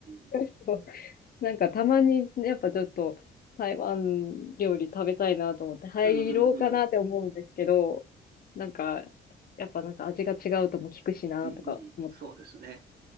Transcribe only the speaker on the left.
<laughs> なんかたまに、やっぱちょっと台湾料理食べたいなと思って入ろうかなって思うんですけど、
なんか、やっぱなんか味が違うとも聞くしなとか思って、